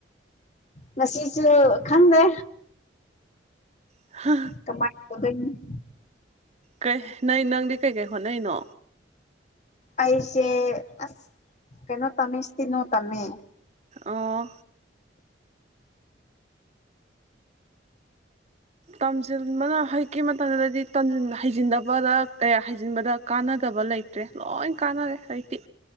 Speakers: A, on the left; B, on the right.
A: ꯉꯁꯤꯁꯨ ꯈꯪꯗꯦ
B: ꯍꯥ
A: ꯀꯃꯥꯏ ꯇꯧꯗꯣꯏꯅꯣ
B: ꯀꯩ ꯅꯪ ꯅꯪꯗꯤ ꯀꯩꯀꯩ ꯍꯣꯠꯅꯩꯅꯣ
A: ꯑꯩꯁꯦ ꯑꯁ ꯀꯩꯅꯣ ꯇꯝꯃꯦ ꯁꯇꯦꯅꯣ ꯇꯝꯃꯦ
B: ꯑꯣ ꯇꯝꯁꯤꯟꯕꯅ ꯍꯧꯖꯤꯛꯀꯤ ꯃꯇꯝꯗꯗꯤ ꯍꯩꯖꯤꯟꯗꯕꯗ ꯀꯌꯥ ꯍꯩꯖꯤꯟꯕꯗ ꯀꯥꯟꯅꯗꯕ ꯂꯩꯇ꯭ꯔꯦ ꯂꯣꯏ ꯀꯥꯟꯅꯔꯦ ꯍꯧꯖꯤꯛꯇꯤ